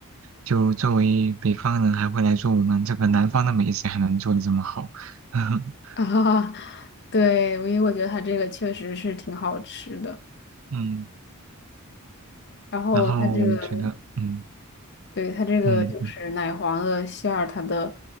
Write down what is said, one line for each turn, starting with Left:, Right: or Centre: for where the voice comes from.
Right: 就作为北方人还会来做我们这个南方的美食，还能做的这么好。<laughs>
Left: 啊。对，因为我觉得它这个确实是挺好吃的，
Right: 嗯，
Left: 然后它这个
Right: 然后我觉得，嗯
Left: 对，它这个就是奶黄的馅儿，
Right: 嗯。
Left: 它的